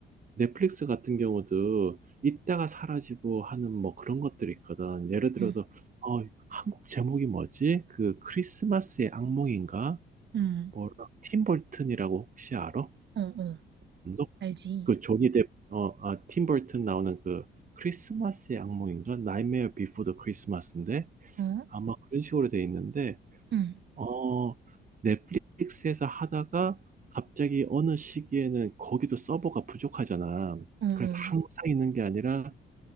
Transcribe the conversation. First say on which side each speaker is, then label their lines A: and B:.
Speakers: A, on the right (about 40°); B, on the right (about 65°).
A: 넷플릭스 같은 경우도 있다가 사라지고 하는 뭐 그런 것들이 있거든. 예를 들어서,
B: 응.
A: 어, 한국 제목이 뭐지? 그 크리스마스의 악몽인가?
B: 응.
A: 뭐라 팀 버튼이라고 혹시 알아?
B: 어, 어.
A: 감독?
B: 알지?
A: 그 조니 뎁, 어, 아, 팀 버튼 나오는 그 크리스마스의 악몽인가? 나이메어 비포 더 크리스마스인데
B: 어?
A: 아마 그런 식으로 돼 있는데
B: 응.
A: 어 넷플릭스에서 하다가 갑자기 어느 시기에는 거기도 서버가 부족하잖아.
B: 어, 어.
A: 그래서 항상 있는 게 아니라